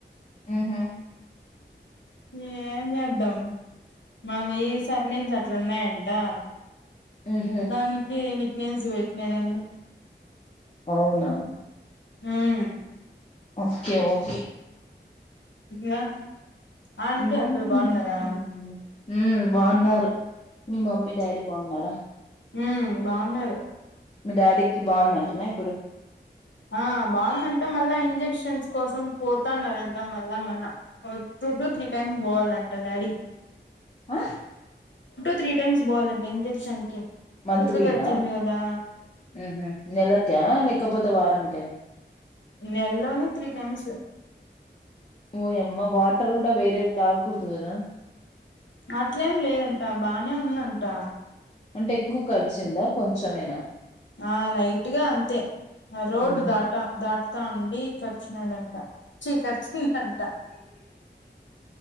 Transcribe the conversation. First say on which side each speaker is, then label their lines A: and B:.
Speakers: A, on the left (about 35°); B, on the left (about 85°).
A: ఉహు
B: యేం చేద్దం. మావీ సర్ నేమ్స్ అట్లున్నయంటా.
A: హుహు.
B: దానికి నిక్ నేమ్స్ పెట్నాడన్న.
A: అవున.
B: ఉమ్
A: ఓకే ఓకే
B: <unintelligible>
A: <unintelligible>
B: అంకుల్ బాగున్నారా
A: మ్మ్ బావున్నారు. మీ మమ్మీ డాడీ బావున్నారా.
B: మ్మ్ బావున్నారు.
A: మీ డాడీకి బావుందంటనా ఇప్పుడు.
B: ఆ బావుందంట మళ్ల ఇంజక్షన్స్ కోసం పోతన్నారంట మళ్ళ మళ్ళ. టూ టు త్రీ టైమ్స్ బోవలంట డాడి.
A: ఆ
B: త్రీ టైమ్స్ బోవాలంట ఇంజెక్షన్ కి
A: మంత్లీనా
B: కుక్కకి వచ్చింది కదా
A: ఊహు నెలకా లేకపోతే వారనిక.
B: నెల్లోని త్రీ టైమ్స్.
A: ఓయమ్మ వాటర్ కూడా వేరేది తాగకూడదు గదా.
B: అట్లేం లేదంట బానే ఉందంటా.
A: అంటే ఎక్కువ కర్చిందా కొంచమేనా.
B: ఆ లైట్గా అంతె. ఆ రోడ్డు
A: మ్హూ.
B: దాట దాట్తా ఉండి కర్చినాడంట. ఛీ కర్చిందంట.